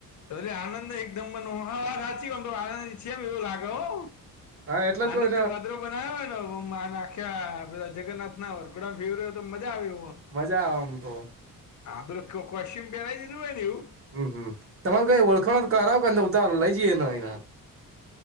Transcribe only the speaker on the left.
એટલે આનંદ એકદમ નો, હા સાચી વમતો આનંદ ઈચ્છીમ એવું લાગે હો.
આનંદ ને વાદરો બનાવ્યાં નો મો મા નાખ્યા, પેલા જગન્નાથ ના વરગોડામાં ફીરવે તો મજા આવી હો અ.
આપડે કો કોશ્ચિયન પેરાવી દીધુ હોયને એવુ.